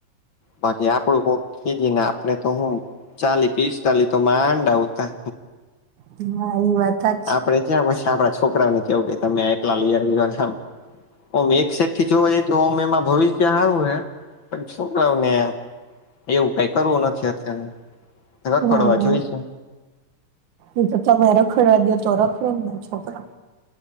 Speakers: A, on the left; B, on the right.
A: બાકી આપડું ભક કી જને આપણે તો હું. ચાલી પીસતાાલી તો માંડા આવતા.
B: હ વાત હાચી
A: આપડે ક્યાં પછી આપડા છોકરા ને કેવું કે તમે એકલા લઈ આવનેમ. ઓમ એક સાઈડ થી જોવા જઈ તોમ એમાં ભવિષ્ય આવું હે પણ શકાવને એવું કઈ કરવું નથી અત્ય્યારે રખડવા
B: હા
A: જોઈ છે.
B: એ તો તમે રખડ દો તો રખડ ના છોકરા